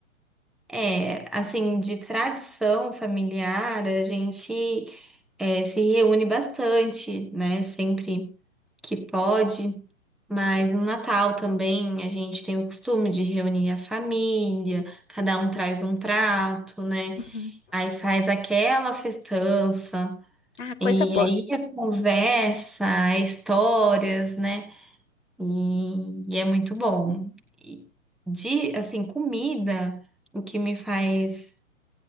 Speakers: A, in the centre; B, on the left.
A: É, assim, de tradição familiar, a gente é, se reúne bastante, né? Sempre que pode. Mas no Natal também a gente tem o costume de reunir a família, cada um traz um prato, né?
B: Uhum.
A: Aí faz aquela festança,
B: Ah, coisa
A: e
B: boa.
A: aí é conversa, é histórias, né? E, e é muito bom. E de, assim, comida, o que me faz